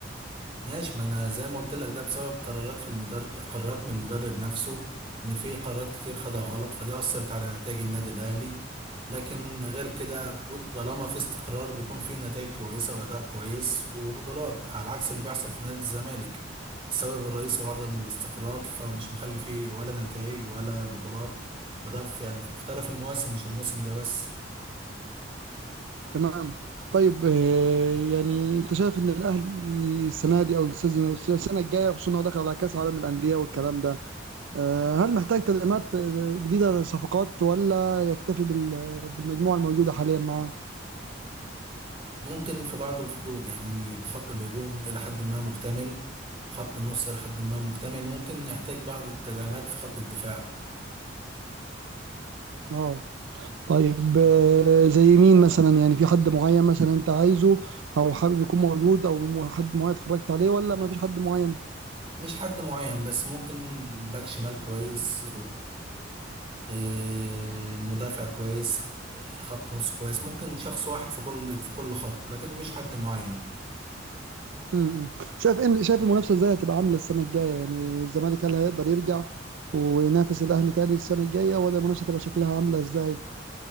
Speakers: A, on the right; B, on the right.
A: ماشي ما انا زي ما قلت لك ده بسبب قرارات في المدرب قرارات من المدرب نفسه ان في قرارات كتير خدها غلط فدي اثرت على نتائج النادي الاهلي لكن غير كده كو- طالما في استقرار بيكون في نتائج كويسه واداء كويس وبطولات على عكس اللي بيحصل في نادي الزمالك بسبب الرئيس هو عدم الاستقرار فمش مخلي فيه ولا نتائج ولا بطولات وده في يعني في مختلف المواسم مش الموسم ده بس
B: تمام طيب آه، يعني انت شايف ان الاهلي السنه دي او السيزون- السنه الجايه خصوصا انه داخل على كاس عالم الانديه والكلام ده آه، هل محتاج تدعيمات آه، جديده صفقات ولا يكتفي بال- بالمجموعه الموجوده حاليا معاه؟
A: ممكن في بعض الخطوط يعني خط الهجوم إلى حد ما مكتمل خط النص إلى حد ما مكتمل ممكن يحتاج بعض التدعيمات في خط الدفاع
B: اه طيب آه، زي مين مثلا يعني في حد معين مثلا انت عايزه او حابب يكون موجود او م- حد معين اتفرجت عليه ولا ما فيش حد معين
A: مش حد معين بس ممكن باك شمال كويس ومدافع كويس خط نص كويس ممكن شخص واحد في كل في كل خط لكن مش حد معين
B: امم شايف ان شايف المنافسه ازاي هتبقى عامله السنه الجايه يعني الزمالك هل هيقدر يرجع وينافس الاهلي تاني السنه الجايه ولا المنافسه هتبقى شكلها عامله ازاي